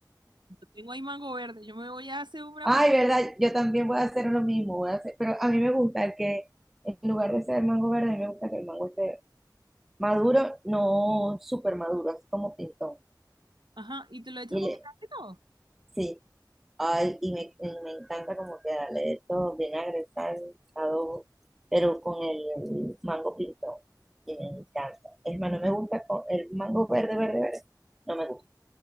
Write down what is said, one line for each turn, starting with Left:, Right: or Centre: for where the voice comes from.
Right: Yo tengo ahí mango verde. Yo me voy a hacer una.
Centre: ay,
Right: pre-
Centre: verdad, yo también voy a hacer lo mismo, voy a hacer, pero a mí me gusta que en lugar de ser mango verde, a mí me gusta que el mango esté maduro, no súper maduro, así como pintón.
Right: Ajá, y te lo echas
Centre: Y
Right: con
Centre: le,
Right: vinagre y todo.
Centre: sí, ay, y me, y me encanta como que darle esto vinagre, sal, adobo, pero con el mango pintón. Y me encanta. Es más, no me gusta con el mango verde, verde, verde. No me gusta.